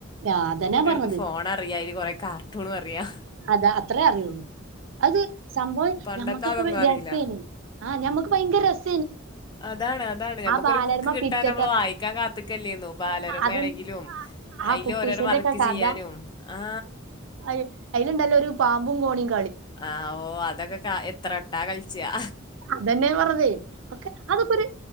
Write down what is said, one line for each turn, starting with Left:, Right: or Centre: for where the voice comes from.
Right: ആ അതന്നാ
Left: ഇപ്പൊ കുട്ടൃൾക്ക്
Right: പറഞ്ഞത്.
Left: ഫോണറിയാ അയ്ല് കൊറെകാർട്ടൂണറിയാ
Right: അതാ അത്രേ അറിയൊള്ളൂ അത് സംഭവം
Left: പണ്ടത്തെ
Right: ഞമ്മക്കൊക്കെേ
Left: അതൊന്നും
Right: <unintelligible>
Left: അറിയില്ല
Right: ആ ഞമ്മക്ക് ഭയങ്കരരസ
Left: അതാണ് അതാണ് ഞമ്മക്കൊരു
Right: ബാലരമ
Left: ബുക്ക് കിട്ടാൻ
Right: പിറ്റത്തെ
Left: നമ്മള് വായിക്കാൻ കാത്ത്ക്കല്ലേനു പാലരമേണങ്കിലും
Right: അതന്നെ ആ ആ
Left: അയില്
Right: കുട്ടൂസന്റെ
Left: ഓരോരോ വർക്ക്
Right: ഒക്കെ കഥ
Left: ചെയ്യാനും ആ
Right: അയ് അയ്ല്ണ്ടല്ലോ ഒരു പാമ്പും കോണിം
Left: ആ ഓ അതൊക്കെ കാ എത്രൊട്ടാ കളിച്ചാ
Right: അതെന്നെ പറഞ്ഞൈ ഒക്കെ അതൊക്കൊര്